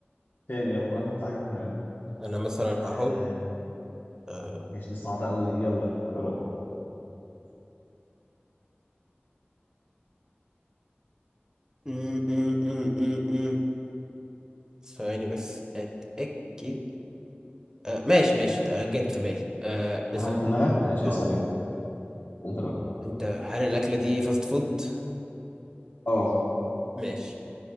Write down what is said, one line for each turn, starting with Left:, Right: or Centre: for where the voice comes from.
Left: تاني يلا كل واحد يحط حاجه في دماغه
Right: انا مثلا
Left: آم،
Right: هحط آه،
Left: ماشي دي صعبه قوي دي يلا نروح
Right: م- م- م- م- م. ثواني بس اتاكد آه ماشي ماشي آه، جت في بالي آه
Left: حط
Right: اسأل
Left: حاجه في دماغك ماشي
Right: اه
Left: اسال يلا انت لو
Right: انت هل الأكلة دي فاست فود؟
Left: اه
Right: ماشي